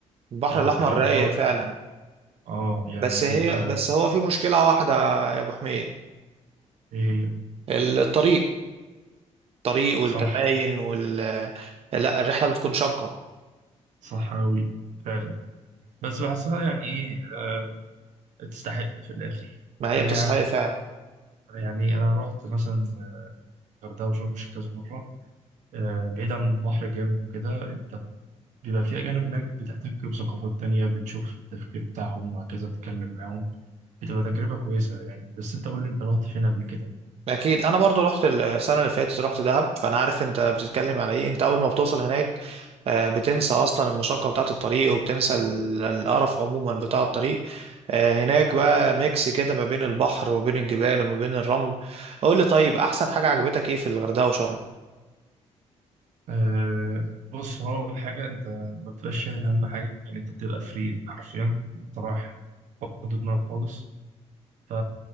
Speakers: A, on the right; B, on the right.
A: البحر
B: آه،
A: الاحمر
B: أو
A: رايق
B: ضجة
A: فعلا
B: أه يعني
A: بس
B: بيبقى
A: هي بس هو في مشكله واحده يا ابو حميد
B: إيه هي
A: الطريق الطريق والكباين
B: صح
A: وال لا الرحله بتكون شاقه
B: صح أوي فعلا بس بحسها يعني إيه آه، تستحق في الاخر
A: ما هي
B: هي
A: بتستحق فعلا
B: يعني انا رحت مثلا الغردقه وشرم الشيخ كذا مره آه، بعيد عن البحر جامد وكده انت بيبقى في اجانب هناك بتحتك بثقافات تانية بتشوف التفكير بتاعهم وهكذا بتتكلم معاهم بتبقى تجربه كويسه يعني بس انت قول لي انت رحت فين قبل كده
A: اكيد انا برضو رحت السنه اللي فاتت رحت دهب فانا عارف انت بتتكلم على ايه انت اول ما بتوصل هناك آه، بتنسى اصلا المشقه بتاعه الطريق وبتنسى ال- القرف عموما بتاع الطريق آه، هناك بقى ميكس كده ما بين البحر وبين الجبال وما بين الرمل قول لي طيب احسن حاجه عجبتك ايه في الغردقه وشرم
B: أه بص هو اول حاجه انت ما بتبقاش شايل هم حاجه يعني انت بتبقى فري حرفيا انت رايح فاضي دماغك خالص ف